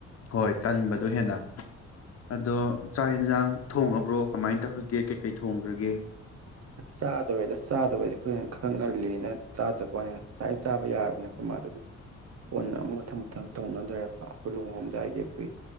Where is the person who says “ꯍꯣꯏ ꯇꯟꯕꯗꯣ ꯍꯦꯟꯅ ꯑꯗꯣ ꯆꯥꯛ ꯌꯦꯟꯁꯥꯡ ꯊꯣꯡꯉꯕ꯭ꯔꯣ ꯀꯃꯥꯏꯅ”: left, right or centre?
Left